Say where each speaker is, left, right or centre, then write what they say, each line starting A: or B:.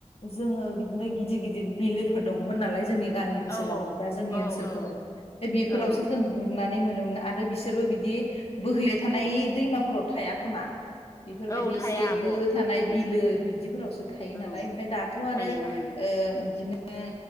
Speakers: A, on the left; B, on the left.
A: जोङो बिदिनो गिदिर गिदिर बिलो फोर दंमोन नालाय जोंनि गामि ओनसोलाव
B: औ
A: बा जोंनि
B: औ
A: ओनसोलफोराव
B: औ
A: बेफोरावसो
B: औ
A: जों गुरनानै नानै मोनोन आरो बिसोरबो बिदि बोहैबाय थानाय
B: औ
A: दैमाफोराव थाया खोमा बेफोरबायदि
B: औ थाया
A: एसे
B: आब'
A: गो
B: औ
A: थानाय
B: ओ
A: बिलो बिदिफोरावसो थायो
B: औ
A: नालाय ओमफ्राय दाथ' आरो
B: थायो ओं
A: ओ बिदिनो ओं